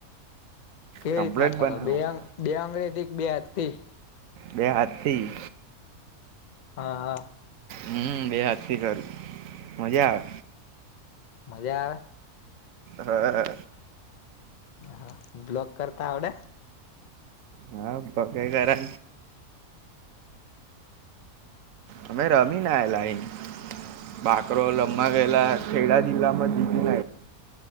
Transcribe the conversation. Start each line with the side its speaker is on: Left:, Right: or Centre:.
Left: કેવી
Right: કમ્પ્લેટ
Left: રીતના કરો
Right: બનાવો
Left: બે બે અંગ્રેજી કે બે હતી.
Right: બે હથી.
Left: હા હા.
Right: હમ બે હજ કરું મજા આવે.
Left: મજા આવે?
Right: હા.
Left: હ બ્લોક કરતા આવડે?
Right: હા બ ક કરને. અમે રમી ના એ, લાઈ બાકરો લમવા ગયેલા ખેડા જિલ્લામાં જીતીમ